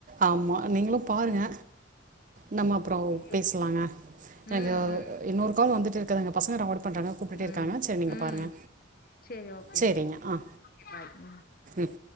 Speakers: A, on the right; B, on the left.
A: ஆமா நீங்களு பாருங்க நம்ம அப்பற
B: சரி
A: பேசலாங்க எனக்கு
B: ம் ம்
A: இன்னொரு கால் வந்துட்டு இருக்குதுங்க பசங்க எதோ ஆர்டர் பண்றாங்க கூப்ட்டுட்டே இருக்
B: ம்
A: க்காங்க சரி நீங்க
B: ம்
A: பாருங்க
B: சரி ஓகேங்க
A: செரிங்க ஆ
B: பாய் ம்
A: ம்